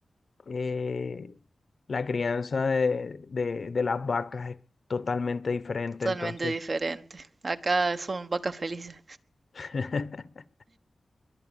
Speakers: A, on the left (about 55°); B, on the right (about 55°).
A: eh, la crianza de, de- de las vacas es totalmente diferente,
B: Totalmente
A: entonces.
B: diferente. Acá son vacas felices.
A: <laughs>